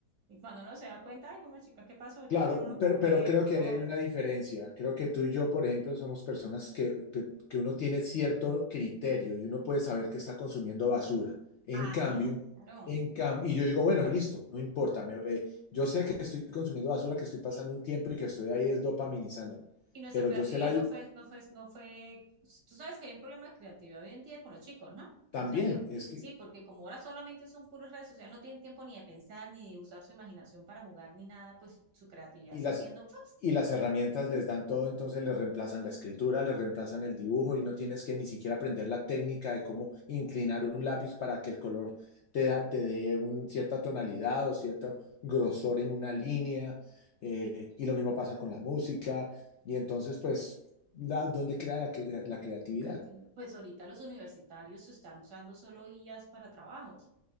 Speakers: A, on the right; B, on the left.
A: y cuando uno se da cuenta, ay, fue una chica, ¿qué pasó? Ya
B: Claro,
A: tiene uno como
B: pero,
A: media,
B: pero creo
A: una
B: que ahí
A: hora.
B: hay una diferencia. Creo que tú y yo, por ejemplo, somos personas que, que- que uno tiene cierto criterio y uno puede saber que está consumiendo basura. En
A: Ah,
B: cambio,
A: claro.
B: en cam- y yo digo, bueno, listo, no importa. me- eh, yo sé que estoy consumiendo basura, que estoy pasando un tiempo y que estoy ahí es dopaminizándome.
A: y nuestra
B: Pero
A: creatividad
B: yo sé la... di-
A: no fue, no fue, no fue, pues, tú sabes que hay un problema de creatividad hoy en día con los chicos, ¿no?
B: También,
A: No sé, les digo,
B: es que
A: sí, porque como ahora solamente son puras redes sociales, no tienen tiempo ni de pensar, ni de usar su imaginación para jugar, ni nada, pues su creatividad
B: Y
A: está
B: las,
A: haciendo, pues,
B: y las herramientas les dan todo, entonces les reemplazan la escritura, les reemplazan el dibujo y no tienes que ni siquiera aprender la técnica de cómo inclinar un lápiz para que el color te, da- te dé una cierta tonalidad o cierto grosor en una línea. eh, y lo mismo pasa con la música. Y entonces, pues, la, ¿dónde crea la, cre- la creatividad?
A: creatividad. Pues ahorita los universitarios están usando solo guías para trabajos.